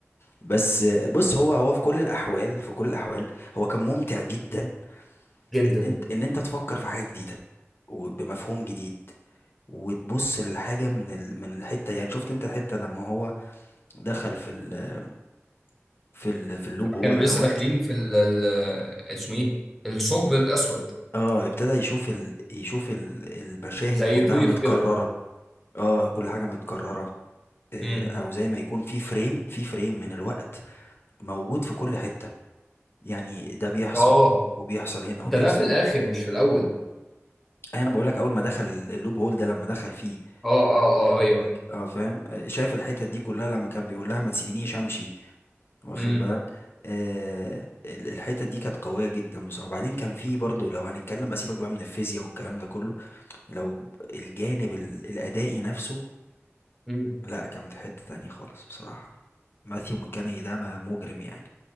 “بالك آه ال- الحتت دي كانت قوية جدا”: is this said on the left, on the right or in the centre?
Left